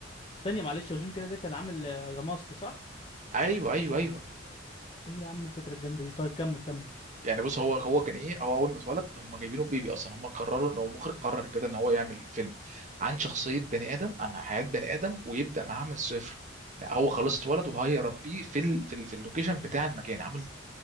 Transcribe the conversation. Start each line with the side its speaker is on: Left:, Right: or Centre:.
Left: ثانيه معلش هو جيم كاري ده كان عامل آه، ذا ماسك صح
Right: ايوه ايوه ايوه
Left: ايه يا عم الفكره الجامده دي طيب كمل كمل
Right: يعني بص هو هو كان ايه هو اول ما اتولد هم جايبينه بيبي اصلا هم قرروا ان هو المخرج قرر كده ان هو يعمل فيلم عن شخصيه بني ادم عن حياه بني ادم ويبدا معاه من الصفر هو خلاص اتولد وهيربيه في ال... في, ال... في اللوكيشن بتاع المكان عامل